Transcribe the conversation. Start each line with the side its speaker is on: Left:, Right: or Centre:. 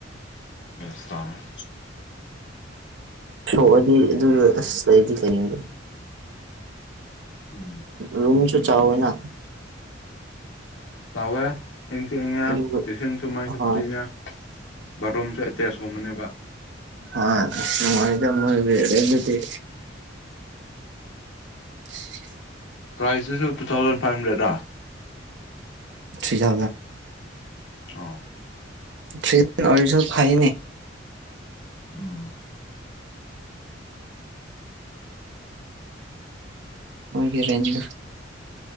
Left: ꯕꯦꯁ ꯇꯥꯔꯦ
Right: ꯁꯣꯛꯑꯗꯤ ꯑꯗꯨ ꯑꯁ ꯂꯩꯗꯤ ꯂꯩꯅꯤꯡꯕꯅꯤ
Left: ꯎꯝ
Right: ꯔꯨꯝꯁꯨ ꯆꯥꯣꯏꯅ
Left: ꯆꯥꯎꯋꯦ ꯏꯪꯁꯨ ꯏꯪꯉꯦ
Right: ꯑꯗꯨꯒ
Left: ꯏꯁꯤꯡꯁꯨ ꯃꯥꯏꯁꯨ
Right: ꯍꯣꯏ
Left: ꯐ꯭ꯔꯤꯅ ꯕꯥꯠꯔꯨꯝꯁꯨ ꯑꯦꯇꯦꯁꯀꯨꯝꯕꯅꯦꯕ
Right: ꯍ ꯃꯣꯏꯗ ꯃꯣꯏꯗꯤ ꯁꯤ
Left: ꯄ꯭ꯔꯥꯏꯁꯇꯨꯁꯨ ꯇꯨ ꯊꯥꯎꯖꯟ ꯐꯥꯏꯚ ꯍꯟꯗ꯭ꯔꯦꯗꯥ
Right: ꯁꯤꯒ
Left: ꯑꯣ
Right: ꯊꯔꯤꯖ ꯑꯣꯔꯤꯖ ꯐꯍꯤꯅꯦ
Left: ꯎꯝ
Right: ꯑꯣꯏꯒꯤ ꯔꯦꯟꯖꯗ